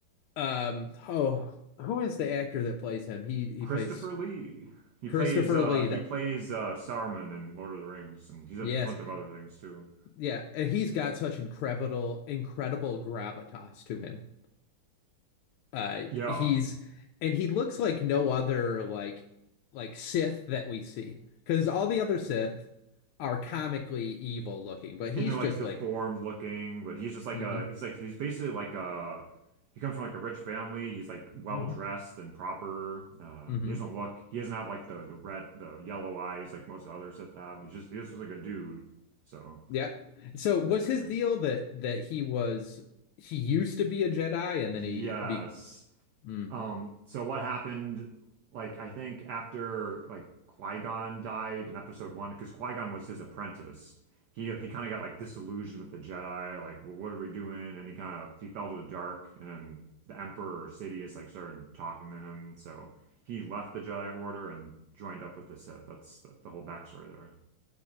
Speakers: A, on the left (about 80°); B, on the right (about 65°).
A: um oh, who is the actor that plays him? He he
B: Christopher
A: plays
B: Lee. He
A: Christopher
B: plays uh
A: Lee.
B: he plays uh Saruman in Lord of the Rings and he does
A: Yes.
B: a bunch of other things too.
A: Yeah, and he's got such incredible incredible gravitas to him. Uh,
B: Yeah.
A: he's and he looks like no other like like Sith that we see because all the other Sith are comically evil looking, but he's
B: And they're like
A: just
B: deformed
A: like,
B: looking, but he's just like
A: mm-hmm,
B: a he's like he's basically like a he comes from like a rich family. He's like
A: mm-hmm,
B: well dressed and proper. Uh
A: mm-hmm.
B: he doesn't look he doesn't have like the the red the yellow eyes like most of other Sith have. He's just he just looks like a dude. So
A: Yeah. So was
B: interesting.
A: his deal that that he was he used to be a Jedi and
B: Yes.
A: then he be mm.
B: Um, so what happened, like I think after like Qui-Gon died in episode one, because Qui-Gon was his apprentice. He he kind of got like disillusioned with the Jedi, like what, what are we doing? And he kind of he fell to the dark, and then the Emperor Sidious like started talking to him. So he left the Jedi Order and joined up with the Sith. That's the, the whole backstory there.